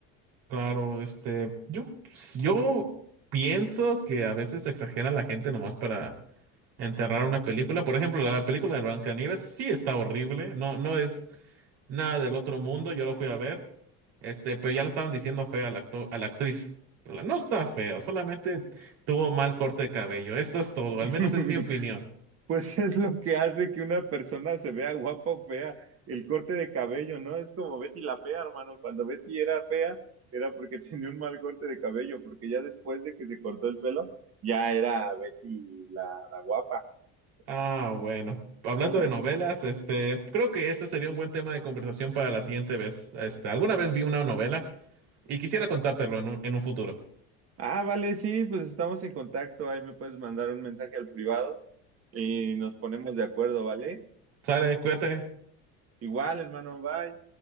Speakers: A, on the right; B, on the right.
A: Claro, este, yo, pues, yo pienso que a veces exagera la gente nomás para enterrar una película. Por ejemplo, la película de Blancanieves sí está horrible, no, no es nada del otro mundo, yo lo fui a ver, este, pero ya le estaban diciendo fea al acto- a la actriz. Pero la- no está fea, solamente tuvo mal corte de cabello. Esto es todo,
B: <laughs>
A: al menos es mi opinión.
B: Pues es lo que hace que una persona se vea guapa o fea, el corte de cabello, ¿no? Es como Betty la fea, hermano. Cuando Betty era fea, era porque <laughs> tenía un mal corte de cabello, porque ya después de que se cortó el pelo, ya era Betty la, la guapa.
A: Ah, bueno. Hablando
B: <laughs>
A: de novelas, este, creo que ese sería un buen tema de conversación para la siguiente vez. Este, alguna vez vi una novela Y quisiera contártelo en un, en un futuro.
B: Ah, vale, sí, pues estamos en contacto. Ahí me puedes mandar un mensaje al privado y nos ponemos de acuerdo, ¿vale?
A: Sale, cuídate.
B: Igual, hermano, bye.